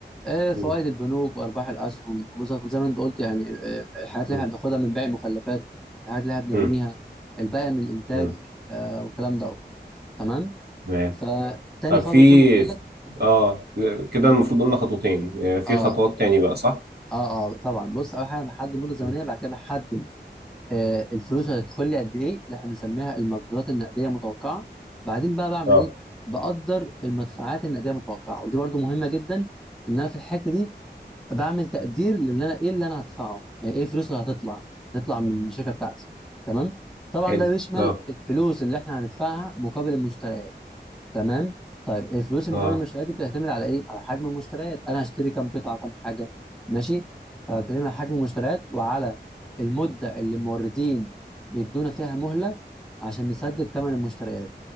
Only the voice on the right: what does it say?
مم.
مم.
مم.
مم.
تمام
طب
في
اه كده المفروض قلنا خطوتين آه، في
خطوات تاني بقى صح؟
مم.
اه
حلو
اه
اه